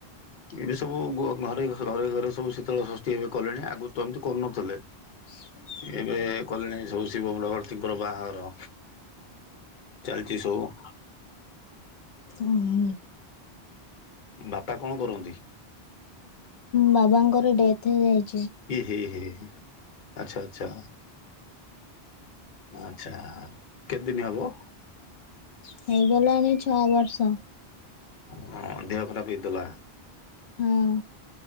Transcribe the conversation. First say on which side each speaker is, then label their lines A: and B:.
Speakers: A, on the left; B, on the left.
A: ଏବେ ସବୁ ଘ-ଘରେ ଘରେ ଘରେ ସବୁ ଶୀତଳ ଷଷ୍ଠୀ ଏବେ କଲେଣି। ଆଗରୁ ତ ଏମିତି କରୁନଥିଲେ।
B: <inaudible>
A: ଏବେ କଲେଣି ସବୁ। ଶିବ ପାର୍ବତୀ ଙ୍କର ବାହାଘର ଚାଲିଛି ସବୁ।
B: ଓହୋ।
A: ବାପା କଣ କରନ୍ତି?
B: ବାବାଙ୍କର ଡେଥ୍ ହେଇଯାଇ
A: ଏ ହେ ହେ ଆଚ୍ଛା ଆଚ୍ଛା। ଆଚ୍ଛା କେତେଦିନ ହବ?
B: ହେଇଗଲାଣି ଛଅ ବର୍ଷ।
A: ହଁ ଦେହ ଖରାପ ହେଇଥିଲା।
B: ହୁଁ।